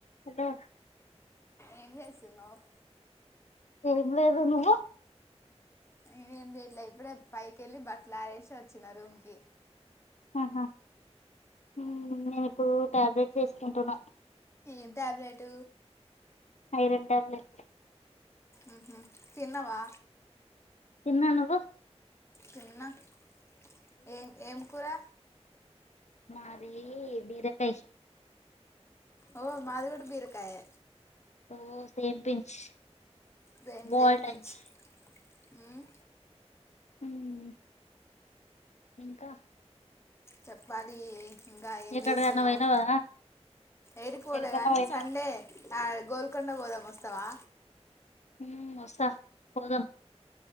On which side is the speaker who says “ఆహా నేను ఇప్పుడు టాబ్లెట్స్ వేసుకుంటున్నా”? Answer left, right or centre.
Left